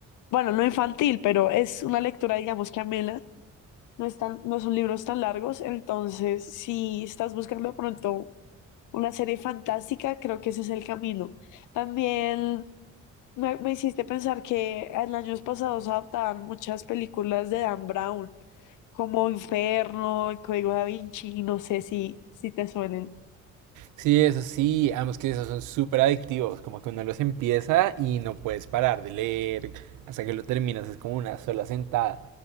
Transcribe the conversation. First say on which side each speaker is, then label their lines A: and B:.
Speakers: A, on the left; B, on the right.
A: bueno, no infantil, pero es una lectura, digamos, que amena. No es tan- no son libros tan largos, entonces si estás buscando de pronto una serie fantástica, creo que ese es el camino. También me, me hiciste pensar que en años pasados adaptaban muchas películas de Dan Brown, como Inferno, El Código Da Vinci, no sé si, si te suenen.
B: Sí, eso sí, ambos que esos son súper adictivos, como que uno los empieza y no puedes parar de leer hasta que lo terminas, es como una sola sentada.